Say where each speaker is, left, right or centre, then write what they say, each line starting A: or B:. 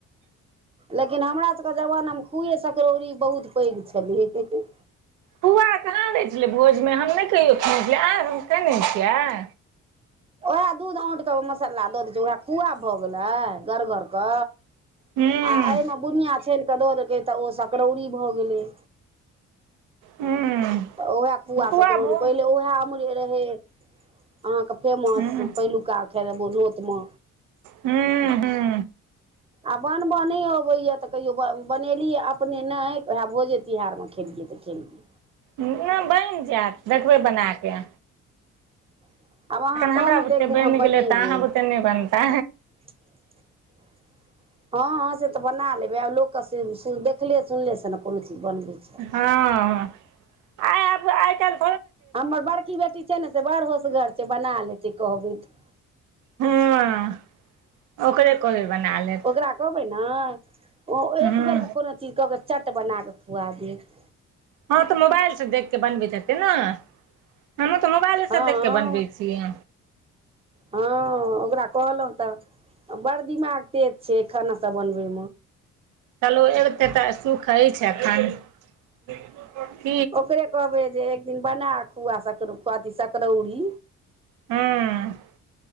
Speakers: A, on the right; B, on the right.
A: लेकिन हमरा सबके जमाना मे खुये सकड़ौरी बहुत पैघ छलै हीं हीं
B: फुआ कहाँ दै छलै भोज मे हम नहि कहियो खेने छेलियै आंहा सब खेने छियै
A: ओएहे दूध औंट क मसाला द दै छैय ओएहे खोआ भ गेलै गढ़गर क
B: हूँ
A: आ अयमे बुनियाँ छैन क द देलियै त ओ सकड़ौरी भऽ गेलै
B: हूँ
A: त ओहे पुआ
B: फुआ
A: सकड़ौरी
B: भो
A: पहिले ओहे हम से रहै अहाँके फेमस
B: हूँ
A: पहिलुका खैर म नोत म
B: हूं हूं
A: आ बनब नइ अबै या त कहियो ब बनेलियै अपने नइ ओहेय भोजे तिहारमे खेलियै त खेलियै।
B: ऊं बइन जायत देखबै बना के
A: <inaudible> आब आहाँ कहलौं
B: हमरा बुते
A: त एक दिन
B: बनि
A: हम
B: गेलै
A: बनेबै
B: तऽ अहाँ बुते नहि बनतै
A: <inaudible> हँ हँ से त बना लेबै आब लोक सि सिल देखले सुनले से ने कोनो चीज बनबै छैय
B: हँ आय आब आय काइल
A: हमर बड़की बेटी छै ने से बर होसगर छै बना लेतै कहबै त
B: हूॅं ओकरे कोहबै बना लेत
A: ओकरा कहबै न ओ
B: हँ
A: एक बेर मे कोनो चीज कहबै चट बना क खुआ देत।
B: हँ त मोबाइल से देख के बनबैत हेतै न। हमहूँ तऽ मोबाइले
A: हँ
B: से देख क बनबै छिये
A: हँ ओकरा कहलौ त बड़ दिमाग तेज छै एखन ओकरा बनबै
B: चलु अइबते त सुख अछि अखन <unintelligible>
A: ओकरे कहबै जे एक दिन बना खोअ सकरो अथी सकरौरी
B: हँ